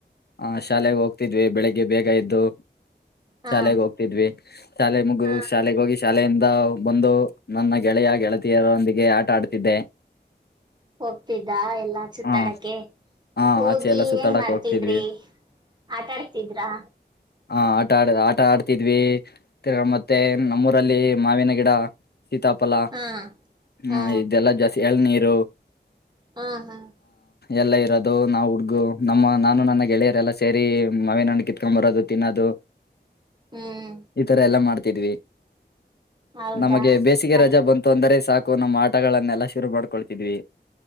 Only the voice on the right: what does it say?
ಹಾ
ಹಾ
ಹೋಗ್ತಿದ್ದ ಎಲ್ಲಾ ಸುತ್ತಾಡಕ್ಕೆ
ಹೋಗಿ
ಏನ್ ಮಾಡ್ತಿದ್ರಿ
ಆಟಾ ಆಡ್ತಿದ್ರಾ
ಹಾ ಹಾ
ಹಾ ಹಾ
ಹ್ಮ್
ಹೌದಾ
ಮತ್